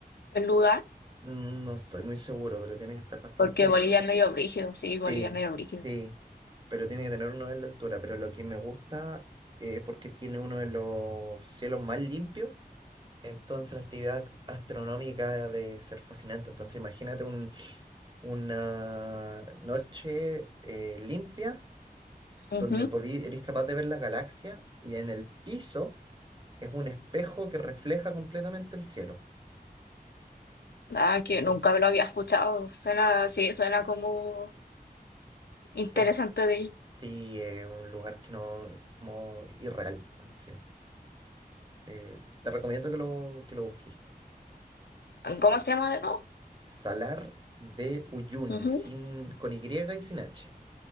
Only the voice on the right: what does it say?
no estoy muy seguro, pero tiene que estar bastante
alto.
Sí,
sí, pero tiene que tener un nivel de altura. Pero lo que me gusta es porque tiene uno de los cielos más limpios Entonces la actividad astronómica ha de ser fascinante. Entonces imagínate un- una noche eh, limpia
donde podí, eres capaz de ver las galaxias y en el piso es un espejo que refleja completamente el cielo.
Eso.
Es
sí, eh, un lugar que no es como irreal en sí. Eh, te recomiendo que lo, que lo busques.
Salar de Uyuni,
sin, con Y y sin H.